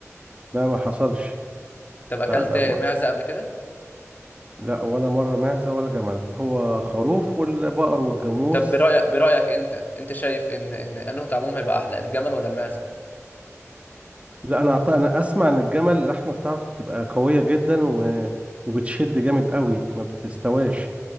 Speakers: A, on the right; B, on the left.
A: لا ما حصلش
B: طب اكلت
A: لا لا
B: معزه
A: ما
B: قبل كده
A: لا ولا مره معزه ولا جمل هو خروف والبقر والجاموس
B: طب برأيك برأيك انت انت شايف ان ان انه طعمهم هيبقى احلى الجمل ولا المعزه
A: لا انا أعت- انا اسمع ان الجمل اللحمه بتاعته بتبقى قويه جدا و... وبتشد جامد قوي ما بتستواش